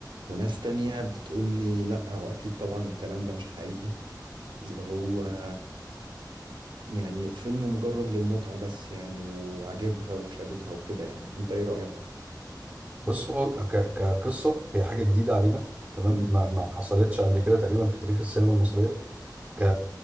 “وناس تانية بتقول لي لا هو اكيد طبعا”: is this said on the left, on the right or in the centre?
Right